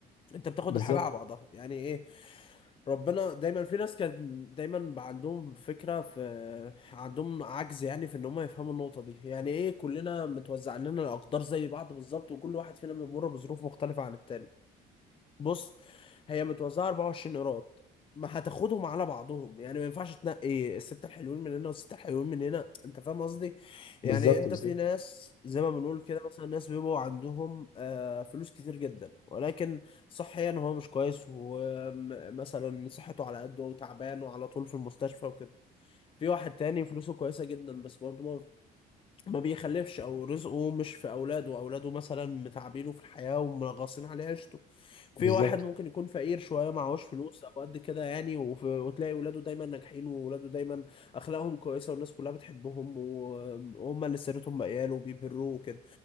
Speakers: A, on the left (about 30°); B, on the left (about 55°).
A: انت بتاخد
B: بالظبط
A: الحاجه على بعضها يعني ايه ربنا دايما في ناس كانت دايما بقى عندهم فكره في عندهم عجز يعني في ان هم يفهموا النقطه دي يعني ايه كلنا متوزع لنا الاقدار زي بعض بالظبط وكل واحد فينا بيمر بظروف مختلفه عن التاني بص هي متوزعه 24 ايراد ما هتاخدهم على بعضهم يعني ما ينفعش تنقي الستة الحلوين من هنا والستة الحلوين من هنا انت فاهم قصدي يعني
B: بالظبط
A: انت
B: بالظبط
A: في ناس زي ما بنقول كده مثلا ناس بيبقوا عندهم آه، فلوس كتير جدا ولكن صحيا هو مش كويس ومثلا صحته على قده وتعبان وعلى طول في المستشفى وكده في واحد تاني فلوسه كويسة جدا بس برضه ما بيخلفش او رزقه مش في اولاده اولاده مثلا متعبينه في الحياه ومنغصين عليه عيشته في
B: بالظبط
A: واحد ممكن يكون فقير شويه معهوش فلوس او قد كده يعني وف- وتلاقي ولاده دايما ناجحين وولاده دايما اخلاقهم كويسه والناس كلها بتحبهم وهم اللي سيرتهم بقياله وبيبروه وكده